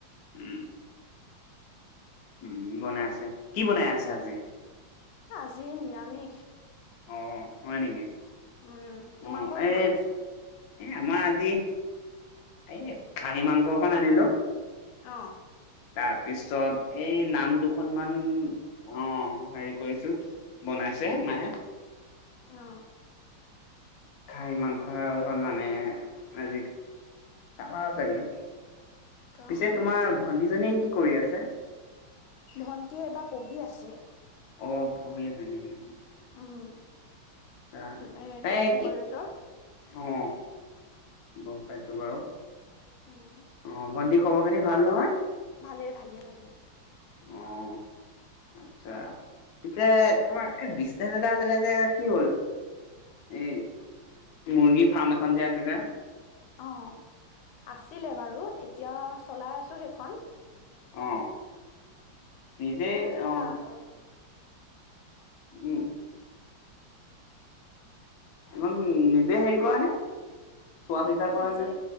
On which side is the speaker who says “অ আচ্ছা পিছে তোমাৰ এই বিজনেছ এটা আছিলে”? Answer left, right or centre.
Left